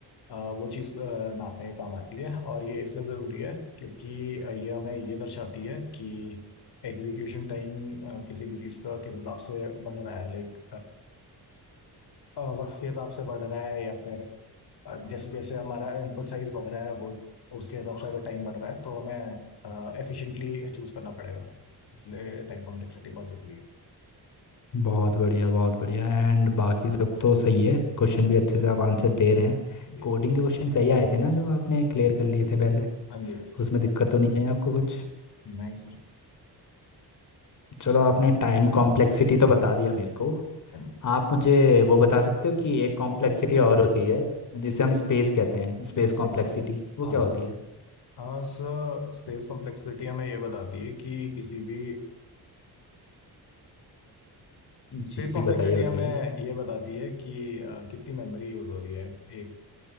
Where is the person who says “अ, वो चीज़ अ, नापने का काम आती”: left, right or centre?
Left